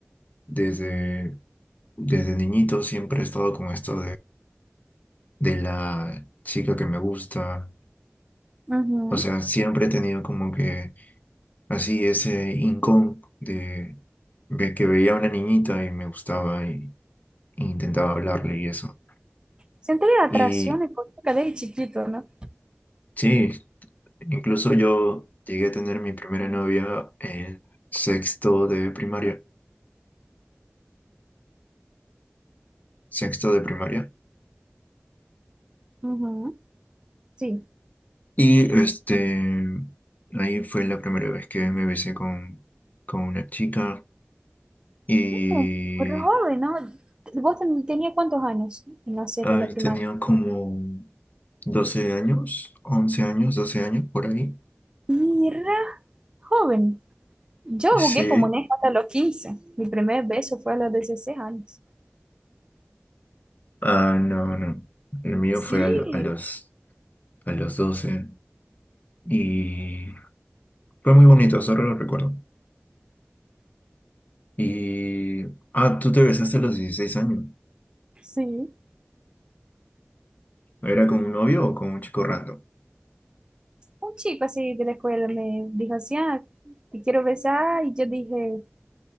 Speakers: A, on the left (about 40°); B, on the right (about 20°).
A: desde, desde niñito, siempre he estado con esto de la chica que me gusta.
B: Ujú.
A: O sea, siempre he tenido como que así ese rincón de, de que veía a una niñita y me gustaba y, y intentaba hablarle y eso.
B: Sentí la atracción
A: Y
B: económica desde chiquito, ¿no?
A: sí, incluso yo llegué a tener mi primera novia en sexto de primaria, sexto de primaria.
B: Ujú. Sí.
A: Y este, ahí fue la primera vez que me besé con, con una chica y
B: Mm, pero joven, ¿no? ¿Vos ten- tenías cuántos años en la siete
A: ahí
B: de la primaria?
A: tenía como 12 años, 11 años, 12 años por ahí.
B: Mira, joven. Yo jugué
A: Sí,
B: como neja hasta los 15. Mi primer beso fue a los 16 años.
A: ah, no, no. El mío
B: Sí,
A: fue a, lo- a los, a los 12 y fue muy bonito, solo lo recuerdo. Y, ah, tú te besaste a los 16 años.
B: sí.
A: ¿Era con un novio o con un chico random?
B: un chico así de la escuela me dijo así, ah, te quiero besar, y yo dije,